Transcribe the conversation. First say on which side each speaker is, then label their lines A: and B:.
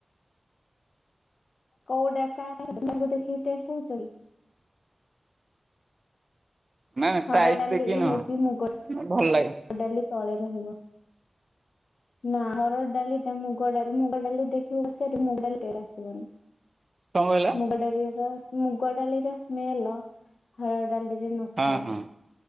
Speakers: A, on the left; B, on the right.
A: କୋଉ ଡାକା ତମକୁ ଦେଖିକି ଟେଷ୍ଟ କହୁଛି?
B: ନାଇଁ ନାଇଁ
A: ହାର
B: ପ୍ରାଇସ୍
A: ଡାଲି
B: ଦେଖିକି
A: ଏ
B: ନୁହଁ
A: ହଉଚି ମୁଗ
B: ଭଲ ଲାଗେ
A: ଡାଲି ତଳେ ରହିବ। ନା ହରର ଡାଲି ଟା ମୁଗ ଡାଲି ମୁଗ ଡାଲି ଦେଖିବ ସଆ ମୁଗ ଡାଲିରେ ଆସିବନି।
B: କଣ କହିଲ?
A: ମୁଗ ଡାଲି ର ମୁଗ ଡାଲିର ସ୍ମେଲ ହଳ ଡାଲିରେ ନ
B: ହଁ
A: ରେ
B: ହଁ।